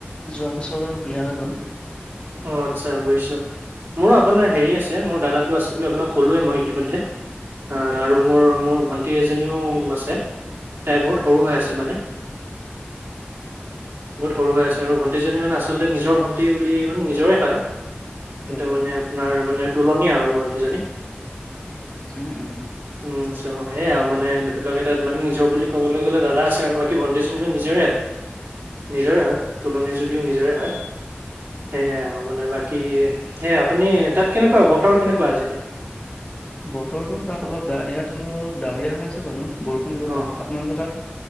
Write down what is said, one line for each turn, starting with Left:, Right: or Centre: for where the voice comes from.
Left: যোৱা বছৰ বিয়া হৈ গ'ল।
Right: অ, আচ্ছা বুজিছোঁ মোৰো আপোনাৰ হেৰি আছে মোৰ দাদাটো আছে বুলি আপোনাক ক'লোৱেই মই ইতিমধ্যে। আঃ
Left: হয়
Right: আৰু মোৰ - মোৰ, ভণ্টি এজনীও আছে, তাই বহুত সৰু হৈ আছে মানে। বহুত সৰু হৈ আছে আৰু ভণ্টিজনি আচলতে নিজৰ ভণ্টি বুলি, মানে নিজৰে হয়, কিন্তু
Left: হয়।
Right: মানে আপোনাৰ মানে তুলনীয়া আৰু, ভণ্টি জনি।
Left: উম -উম
Right: উম, আটচা সেয়া আৰু মানে ধৰি লওক এতিয়া মানে নিজৰ বুলি ক'বলৈ গ'লে দাদা আছে আৰু বাকী ভণ্টিজনীও নিজৰে, আৰু, নিজৰে হয়, তুলনীয়া যদিও নিজৰে হয়। সেয়াই আৰু মানে বাকী সে, আপুনি তাত কেনেকুৱা বতৰ কেনেকুৱা আজি তাত?
Left: বতৰটো তাত অলপ ইয়াত অলপ ডাৱৰীয়া হৈ আছে বাৰু। বৰষুণ দিব
Right: অ,
Left: পাৰে। আপোনালোকৰ তাত?